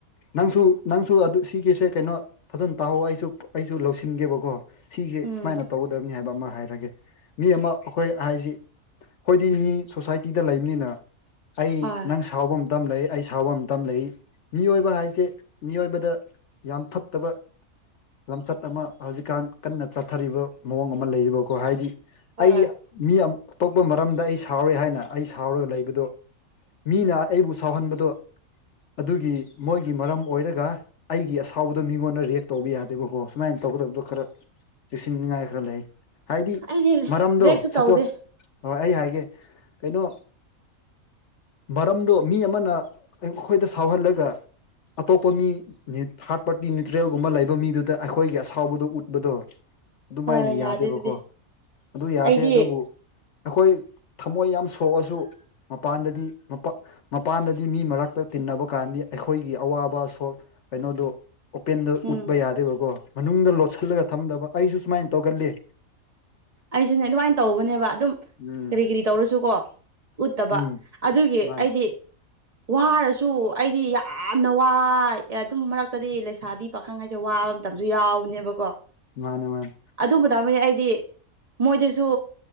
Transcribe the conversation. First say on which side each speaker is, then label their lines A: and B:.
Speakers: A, on the left; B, on the right.
A: ꯅꯪꯁꯨ ꯅꯪꯁꯨ ꯑꯗꯨ ꯁꯤꯒꯤꯁꯦ ꯀꯩꯅꯣ ꯐꯖꯅ ꯇꯥꯍꯧ ꯑꯩꯁꯨ ꯑꯩꯁꯨ ꯂꯧꯁꯤꯟꯒꯦꯕꯀꯣ ꯁꯤꯁꯦ
B: ꯎꯝ
A: ꯁꯨꯃꯥꯏꯅ ꯇꯧꯒꯗꯕꯅꯤ ꯍꯥꯏꯕ ꯑꯃ ꯍꯥꯏꯔꯒꯦ ꯃꯤ ꯑꯃ ꯑꯩꯈꯣꯏ ꯍꯥꯏꯁꯤ ꯑꯩꯈꯣꯏꯗꯤ ꯃꯤ ꯁꯣꯁꯥꯏꯇꯤꯗ ꯂꯩꯕꯅꯤꯅ ꯑꯩ
B: ꯍꯣꯏ
A: ꯅꯪ ꯁꯥꯎꯕ ꯑꯃꯇꯝ ꯂꯩ ꯑꯩ ꯁꯥꯎꯕ ꯑꯃꯇꯝ ꯂꯩ ꯃꯤꯑꯣꯏꯕ ꯍꯥꯏꯁꯦ ꯃꯤꯑꯣꯏꯕꯗ ꯌꯥꯝ ꯐꯠꯇꯕ ꯂꯝꯆꯠ ꯑꯃ ꯍꯧꯖꯤꯛꯀꯥꯟ ꯀꯟꯅ ꯆꯠꯊꯔꯤꯕ ꯃꯑꯣꯡ ꯑꯃ ꯂꯩꯔꯤꯕ ꯀꯣ ꯍꯥꯏꯗꯤ
B: ꯍꯣꯏ
A: ꯑꯩ ꯃꯤ ꯑꯇꯣꯞꯄ ꯃꯔꯝꯗ ꯑꯩ ꯁꯥꯎꯔꯦ ꯍꯥꯏꯅ ꯑꯩ ꯁꯥꯎꯔꯒ ꯂꯩꯕꯗꯣ ꯃꯤꯅ ꯑꯩꯕꯨ ꯁꯥꯎꯍꯟꯕꯗꯣ ꯑꯗꯨꯒꯤ ꯃꯣꯏꯒꯤ ꯃꯔꯝ ꯑꯣꯏꯔꯒ ꯑꯩꯒꯤ ꯑꯁꯥꯎꯕꯗꯣ ꯃꯤꯉꯣꯟꯗ ꯔꯦꯛ ꯇꯧꯕ ꯌꯥꯗꯦꯕꯀꯣ ꯁꯨꯃꯥꯏꯅ ꯇꯧꯒꯗꯕꯗꯣ ꯈꯔ ꯆꯦꯛꯁꯤꯟꯅꯤꯉꯥꯏ ꯈꯔ ꯂꯩ ꯍꯥꯏꯗꯤ
B: ꯑꯩꯗꯤ
A: ꯃꯔꯝꯗꯣ
B: ꯕ꯭ꯔꯦꯛꯁꯨ
A: ꯁꯄꯣꯁ
B: ꯇꯧꯗꯦ
A: ꯍꯣꯏ ꯑꯩ ꯍꯥꯏꯒꯦ ꯀꯩꯅꯣ ꯃꯔꯝꯗꯣ ꯃꯤ ꯑꯃꯅ ꯑꯩꯈꯣꯏꯗ ꯁꯥꯎꯍꯜꯂꯒ ꯑꯇꯣꯞꯄ ꯃꯤ ꯍꯥꯥꯔꯠ ꯄꯥꯔꯇꯤ ꯅ꯭ꯌꯨꯇ꯭ꯔꯦꯜꯒꯨꯝꯕ ꯂꯩꯕ ꯃꯤꯗꯨꯗ ꯑꯩꯈꯣꯏꯒꯤ ꯑꯁꯥꯎꯕꯗꯣ ꯎꯠꯄꯗꯣ ꯑꯗꯨꯃꯥꯏꯅ
B: ꯍꯣꯏ ꯌꯥꯗꯦ
A: ꯌꯥꯗꯦꯕꯀꯣ
B: ꯑꯗꯨꯗꯤ
A: ꯑꯗꯨ ꯌꯥꯗꯦ
B: ꯑꯩꯗꯤ
A: ꯑꯗꯨꯕꯨ ꯑꯩꯈꯣꯏ ꯊꯃꯣꯏ ꯌꯥꯝ ꯁꯣꯛꯑꯁꯨ ꯃꯄꯥꯟꯗꯗꯤ ꯃꯄꯥꯟꯗꯗꯤ ꯃꯤ ꯃꯔꯛꯇ ꯇꯤꯟꯅꯕ ꯀꯥꯟꯗꯤ ꯑꯩꯈꯣꯏꯒꯤ ꯑꯋꯥꯕ ꯑꯁꯣꯛ ꯀꯩꯅꯣꯗꯨ ꯑꯣꯄꯦꯟꯗ
B: ꯎꯝ
A: ꯎꯠꯄ ꯌꯥꯗꯦꯕꯀꯣ ꯃꯅꯨꯡꯗ ꯂꯣꯠꯁꯤꯜꯂꯒ ꯊꯝꯗꯕ ꯑꯩꯁꯨ ꯁꯨꯃꯥꯏꯅ ꯇꯧꯒꯜꯂꯤ
B: ꯑꯩꯁꯨꯅꯦ ꯑꯗꯨꯃꯥꯏꯅ ꯇꯧꯕꯅꯦꯕ ꯑꯗꯨꯝ
A: ꯎꯝ
B: ꯀꯔꯤ ꯀꯔꯤ ꯇꯧꯔꯁꯨꯀꯣ ꯎꯠꯇꯕ
A: ꯎꯝ
B: ꯑꯗꯨꯒꯤ
A: ꯃꯥꯅꯦ
B: ꯑꯩꯗꯤ ꯋꯥꯔꯁꯨ ꯑꯩꯗꯤ ꯌꯥꯝꯅ ꯋꯥꯏ ꯑꯦ ꯑꯗꯨꯝ ꯃꯔꯛꯇꯗꯤ ꯂꯩꯁꯥꯕꯤ ꯄꯥꯈꯪ ꯍꯥꯏꯁꯦ ꯋꯥꯕ ꯃꯇꯝꯁꯨ ꯌꯥꯎꯕꯅꯦꯕꯀꯣ
A: ꯃꯥꯅꯦ ꯃꯥꯅꯦ
B: ꯑꯗꯨꯝꯕꯗ ꯑꯃꯅꯤ ꯑꯩꯗꯤ ꯃꯣꯏꯗꯁꯨ